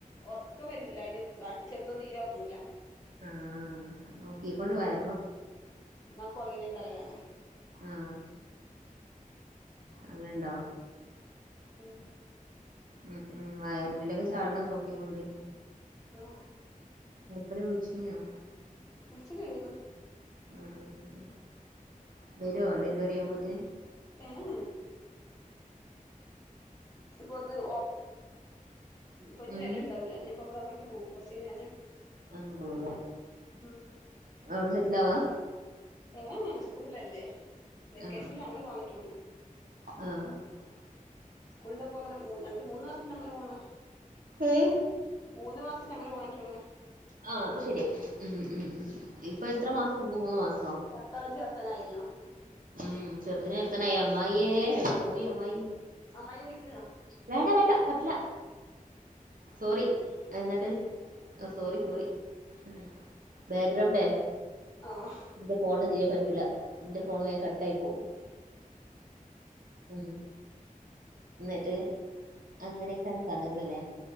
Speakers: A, on the left; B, on the right.
A: ഒറക്കം വരൂല അതിന് ചെർതും ഒന്നും തീരെ ഒറങ്ങൂല
B: ആഹ നോക്കീ കൊണ്ട് വയ
A: മാ കോർങ്ങിനെ തലവേനെ
B: ആ അങ്ങനെണ്ടോ?
A: ഉം
B: ഉം ഉം വയർമലൊക്കെ ചാട്ണെ നോക്കിക്കോണ്ടി.
A: ഓ
B: മൂപര് വിളിച്ചിനിയോ?
A: വിളിച്ചൊക്കെ ചൈതിന്നു.
B: ഉം ഉം വരോ ഡെലിവറി ആവുമ്പോത്ത്ന്
A: ഏ ഹ് പ്പൊത് ഓ ഇപ്പൊ ഇനി
B: ഉം
A: വരല്ണ്ടാവൂല്ല ഇനിപ്പ മ്മള അങ്ങോട്ട്പോവും കൊർച്ച് കഴിഞ്ഞാല്
B: അങ്ങട്ട് പോവുല്ലേ
A: ഉം
B: അവിടെ സെറ്റിലാവാ?
A: ഏ ഹ് സ്കൂള് ള്ളല്ലേ വെക്കേഷൻല്
B: ആ
A: അങ്ങനെ പോകാൻ പറ്റുള്ളു
B: ആ ആ
A: സ്കൂള്ണ്ടാവുമ്പോഅനെ രണ്ട് മൂന്ന് മാസത്തിന അങ്ങനെ പോകണം.
B: ഏഹ്
A: മൂന്ന് മാസത്തിനങ്ങനെ പോവാൻ പറ്റൊള്ളൂ
B: ആഹ് അത് ശരി ഉം ഉം മ് ഇപ്പ എത്ര മാസം ഇന്ന് മൂന്ന് മാസോ?
A: ത്താളിം ചേർത്താനായല്ലോ
B: ഉം ചെറുതിനെ ചേർത്താനായി അമ്മായേ എവിടെ പോയി അമ്മായി
A: അമ്മായിനെ വിളിക്ക്ണ്‌ ത
B: വേണ്ട വേണ്ട പറ്റില്ല സോറി എന്നിട്ട് സോറി സോറി
A: ഉം
B: ഉം ബാഗ്രൗണ്ടേ
A: ആഹ്
B: ന്റെ ഫോണ് തിരെ പറ്റൂല്ല ഫോണ് വേം കട്ടായി പോവും ഉം ന്നട്ട് അങ്ങനെക്കെയാണ് കഥകള്ല്ലേ